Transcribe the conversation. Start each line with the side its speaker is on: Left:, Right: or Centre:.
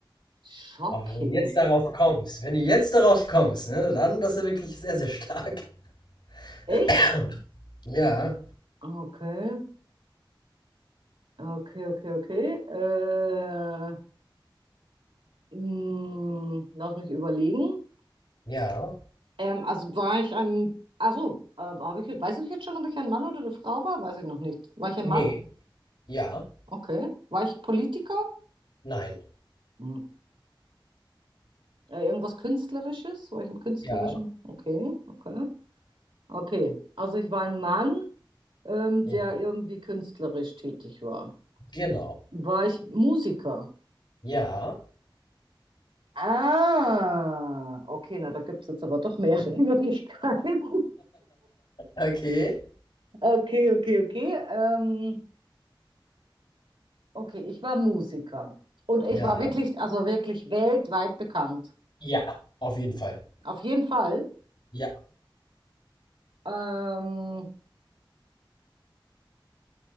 Right: shocking.
Left: Aber wenn du jetzt darauf kommst, wenn du jetzt darauf kommst, ne, dann, das ist wirklich sehr, sehr stark.
Right: Echt?
Left: <laughs> Ja.
Right: Okay. Okay, okay, okay. Äh, mh, lass mich überlegen.
Left: Ja,
Right: Ähm, also war ich ein, also äh, habe ich, jetzt- weiß ich jetzt schon, ob ich ein Mann oder eine Frau war? Weiß ich noch nicht. War ich ein
Left: ne,
Right: Mann?
Left: ja,
Right: Okay. War ich Politiker?
Left: nein,
Right: Hm. Äh, irgendwas Künstlerisches? War ich im Künstlerischen?
Left: ja,
Right: Okay, okay. Okay. Also ich war ein Mann, ähm,
Left: ja,
Right: der irgendwie künstlerisch tätig war.
Left: genau,
Right: War ich Musiker?
Left: ja,
Right: Ah, okay, na, da gibt es jetzt aber doch mehrere <laughs> Möglichkeiten.
Left: okay,
Right: Okay, okay, okay. Ähm, okay, ich war Musiker. Und ich
Left: ja,
Right: war wirklich, also wirklich weltweit bekannt.
Left: ja, auf jeden Fall,
Right: Auf jeden Fall.
Left: ja,
Right: Ähm,